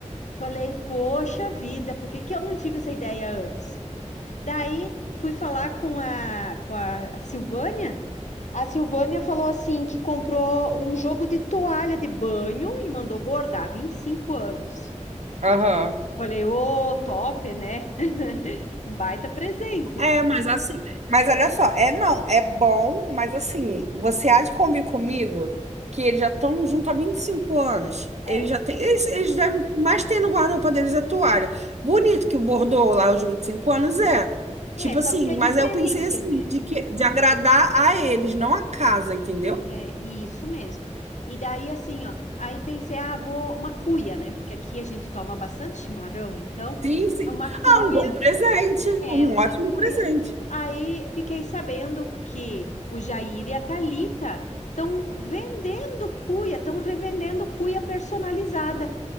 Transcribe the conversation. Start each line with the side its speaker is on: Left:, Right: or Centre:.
Left: Falei, poxa vida, por que que eu não tive essa ideia antes? Daí fui falar com a, com a Silvânia. A Silvânia falou assim que comprou um jogo de toalha de banho e mandou bordar 25 anos.
Right: aham.
Left: Falei, ô, top, né? <laughs> Um baita presente,
Right: É,
Left: né?
Right: mas assim, mas olha só, é não, é bom, mas assim, você há de convir comigo que eles já estão junto há 25 anos.
Left: É.
Right: Eles já têm, eles, eles devem, mais tem no guarda-roupa deles é toalha. Bonito
Left: uhum.
Right: que o bordou lá os 25 anos, é.
Left: É,
Right: Tipo
Left: só
Right: assim,
Left: porque é
Right: mas
Left: diferente,
Right: eu pensei assim,
Left: né?
Right: de que de agradar a eles, não a casa, entendeu?
Left: É, isso mesmo. E daí, assim, ó, aí pensei, ah, vou uma cuia, né? Porque aqui a gente toma bastante chimarrão, então
Right: Sim, sim.
Left: é uma cuia,
Right: Ah, um bom presente,
Left: é
Right: um
Left: uma
Right: ótimo
Left: cuia.
Right: presente.
Left: Aí fiquei sabendo que o Jair e a Thalita estão vendendo cuia, estão revendendo cuia personalizada.